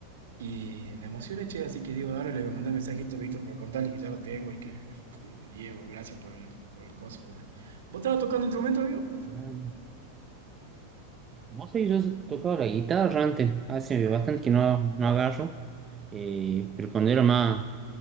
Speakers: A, on the right; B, on the right.
A: y me emocioné, che, así que digo, ahora le voy a mandar un mensajito a Víctor para contarle que ya lo tengo y que, que de Diego, gracias por el, por el coso, boludo. ¿Vos estabas tocando instrumento, amigo?
B: Ah, Vos sabés, yo tocaba la guitarra antes, hace
A: Ajá.
B: bastante que no, no agarro, eh, pero cuando era más,